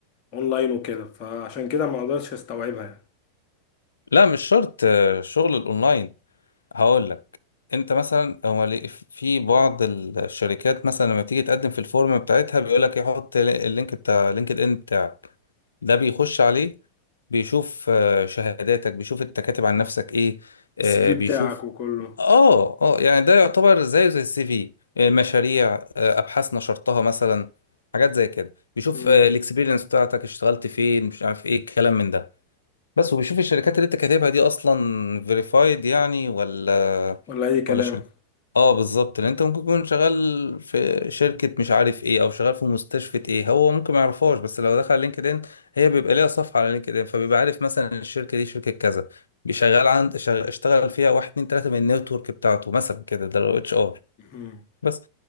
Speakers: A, on the left; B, on the left.
A: اونلاين وكده فعشان كده ما اقدرش استوعبها يعني
B: لا مش شرط آه، شغل الأونلاين هقول لك انت مثلا هو ليه- في بعض الشركات مثلا لما بتيجي تقدم في الفورم بتاعتها بيقول لك يحط اللينك بتاع لينكد ان بتاعك ده بيخش عليه بيشوف آه، شهاداتك بيشوف انت كاتب عن نفسك ايه آه،
A: السي في بتاعك
B: بيشوف
A: وكله
B: اه اه يعني ده يعتبر زيه زي السي في آه، مشاريع آه، ابحاث نشرتها مثلا حاجات زي كده بيشوف
A: امم
B: آه، الاكسبيرينس بتاعتك اشتغلت فين مش عارف ايه الكلام من ده بس وبيشوف الشركات اللي انت كاتبها دي اصلا فيريفايد يعني ولا
A: ولا اي كلام
B: ولا شركه اه بالظبط لان انت ممكن تكون شغال في شركه مش عارف ايه او شغال في مستشفى ايه هو ممكن ما يعرفهاش بس لو دخل لينكدين هي بيبقى ليها صفحه على لينكدين فبيبقى عارف مثلا الشركه دي شركه كذا بيشغل عند شغ... اشتغل فيها واحد اتنين تلاته من النتورك بتاعته مثلا كده ده لو اتش ار
A: مهم.
B: بس